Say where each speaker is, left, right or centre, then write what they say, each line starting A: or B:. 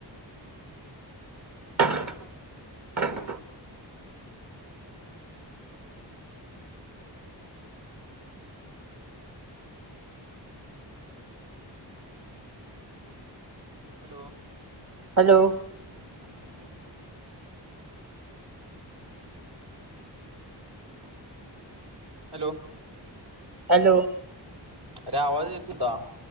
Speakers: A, on the right; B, on the right.
A: <unintelligible>
B: hello
A: hello
B: hello
A: hello
B: अरे आवाज येतोय का?